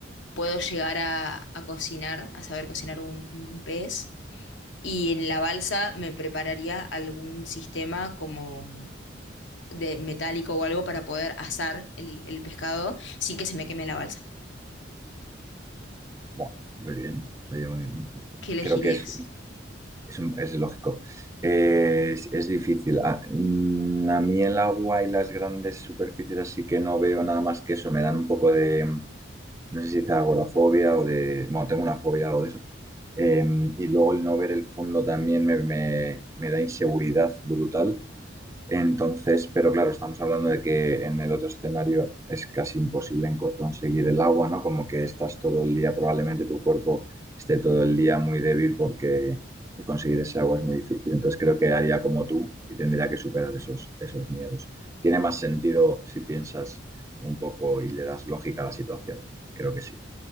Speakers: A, on the left (about 75°); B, on the right (about 15°).
A: puedo llegar a, a cocinar, a saber cocinar un, un pez. Y en la balsa me prepararía algún sistema como de metálico o algo para poder asar el, el pescado sin que se me queme la balsa.
B: bueno, muy bien. Oye, muy bien.
A: ¿Qué elegirías?
B: Creo que es Es, un- es lógico. Eh, es, es difícil. A, mm, a mí el agua y las grandes superficies así que no veo nada más que eso. Me dan un poco de, no sé si dice agorafobia o de, bueno, tengo una fobia algo de eso. Eh, y luego el no ver el fondo también me, me- me da inseguridad brutal. Entonces, pero claro, estamos hablando de que en el otro escenario es casi imposible en co- conseguir el agua, ¿no? Como que estás todo el día, probablemente tu cuerpo esté todo el día muy débil porque conseguir ese agua es muy difícil. Entonces creo que haría como tú y tendría que superar esos, esos miedos. Tiene más sentido si piensas un poco y le das lógica a la situación. Creo que sí.